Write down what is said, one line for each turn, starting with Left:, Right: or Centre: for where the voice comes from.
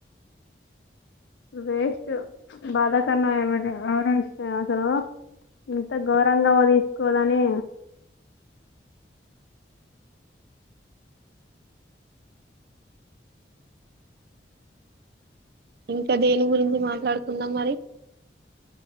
Left: వేస్ట్ బాధాకరణం ఏమంట <unintelligible> ఇంత ఘోరంగా వదించుకోదని
Right: ఇంకా దేని గురించి మాట్లాడుకుందాం మరి